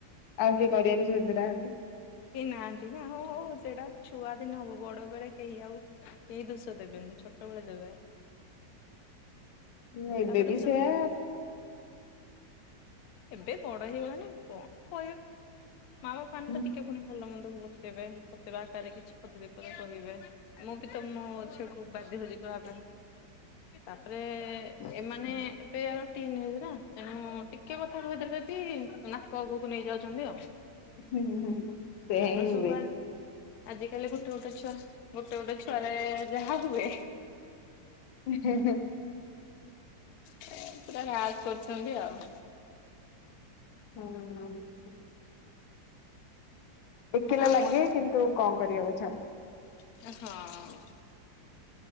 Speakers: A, on the left; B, on the left.
A: ଆଉ କିଏ କରିବା ବି ସେମିତି ନାହାନ୍ତି।
B: କେହି ନାହାନ୍ତି ନା, ହଉ ହଉ ସେଟା ଛୁଆ କେମିତି ହବ, ବଡ ବେଳେ କେହି ଆଉ କେହି ଦୋଷ ଦେବେନି ଛୋଟ ବେଳେ ଦେବେ।
A: ହୁଁ ଏବେ
B: ତାପରେ
A: ବି
B: ସାରିଲା।
A: ସେୟା
B: ଏବେ ବଡ ହେଇଗଲାଣି କଣ କହିବା? ମା ବାପା ମାନେ
A: ହୁଁ
B: ତ ଟିକେ ପୁଣି ଭଲ ମନ୍ଦ ବୁଝେଇବା, ବତେଇବା ଆକାରରେ କିଛି ପଦେ ଦି ପଦେ କହିବା। ମୁଁ ବି ତ ମୋ ଝିଅକୁ ବାଧ୍ୟ ହଉଛି କହିବା ପାଇଁ। ତାପରେ ଏମାନେ ଏବେ ଆଉ ଟିନ୍ ଏଜ୍ ର ତେଣୁ ଟିକେ କଥା କହିଦେଲେ କି ନାକ ଆଗକୁ ନେଇଯାଉଛନ୍ତି ଆଉ।
A: ହୁଁ ହୁଁ। ସେୟା
B: ତାପରେ
A: ହିଁ
B: ସବୁଆ
A: ହୁଏ।
B: ଆଜି କାଲି ଗୋଟେ ଗୋଟେ ଛୁଆ, ଗୋଟେ ଗୋଟେ ଛୁଆରେ ଯାହା ହୁଏ
A: ହୁଁ ହୁଁ ହୁଁ
B: ପୁରା ରାଜ କରୁଚନ୍ତି ଆଉ।
A: ହୁଁ ହଁ <unintelligible> ଏକେଲା
B: ଆମ
A: ଲାଗେ କିନ୍ତୁ କଣ କରି ହବ ଛାଡେ।
B: ହଁ।